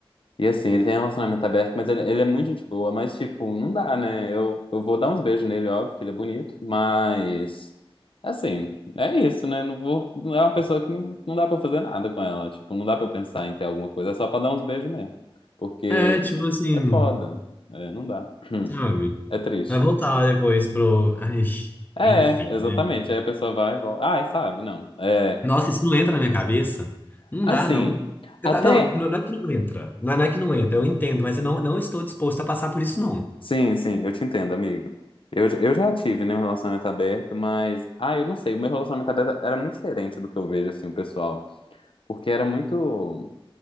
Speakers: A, on the left (about 65°); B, on the left (about 20°).
A: E assim, ele tem relacionamento aberto, mas ele, ele é muito gente boa, mas tipo, não dá, né? Eu, eu vou dar uns beijos nele, óbvio, que ele é bonito, mas assim, é isso, né? Não vou, não é uma pessoa que não, não dá pra eu fazer nada com ela, tipo, não dá pra eu pensar em ter alguma coisa, é só pra dar uns beijos mesmo, porque
B: É, tipo assim,
A: é foda, é, não dá,
B: sabe?
A: é triste.
B: Vai voltar lá depois pro. Ai,
A: É,
B: enfim,
A: exatamente,
B: né?
A: aí a pessoa vai e volta, ai, sabe, não, é,
B: Nossa, isso não entra na minha cabeça? Não
A: assim,
B: dá, não. Você
A: até
B: tá- Não, não é que não entra. Não é não é que não entra, eu entendo, mas eu não, não estou disposto a passar por isso, não.
A: Sim, sim, eu te entendo, amigo. Eu, eu já tive, né, um relacionamento aberto, mas. Ah, eu não sei, o meu relacionamento aberto era muito diferente do que eu vejo, assim, o pessoal. Porque era muito.